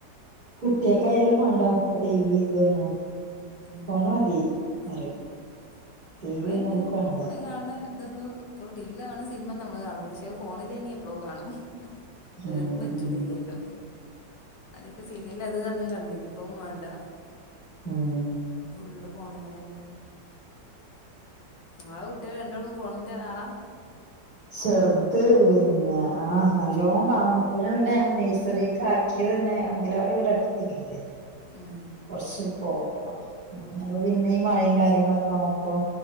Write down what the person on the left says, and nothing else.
മ്മ്
ഫോണ്
മതി നമ്മള്
അതന്നെ
ഫോണ് കാണണ ഇതൊന്നും ഇപ്പോ ടിവിയില് കാണുന്ന സിൽമന്നും നമ്മള് കാണൂല പക്ഷേ അത് ഫോണിലെയ്നി എപ്പളോ കാണും.
ഏതും പറ്റണില്ലല്ലോ
ക്ക് സീരിയല് അത് പറഞ് കണ്ടീനിം ഇപ്പതും മാണ്ട
ഫുള്ള് ഫോണ്മ്ലെന്നെ നിങ്ങളെ കുട്ട്യാള് രണ്ടാളും ഫോണിന്റെ ആളാ?
ഉം
ഉം
ഉം